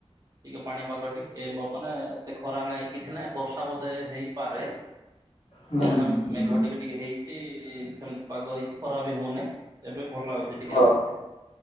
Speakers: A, on the right; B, on the left.
A: ଟିକେ ପାଣିପାଗ ଟିକେ ମାନେ ଏତେ ଖରା ନାଇଁ କିଛି ନହିଁ ବର୍ଷା ବୋଧେ ହେଇପାରେ ସେ
B: ହୁଁ,
A: ଜଣେ
B: ହୁଁ,
A: ମେଘ ଟିକେ ଟିକେ ହେଇଛି ସେମିତି ପାଗ ହେଇଛି ଖରା ବି ହଉନିଁ ଏବେ ଭଲ ଲାଗୁଛି ଟିକେ
B: ହଁ
A: ଆଉ।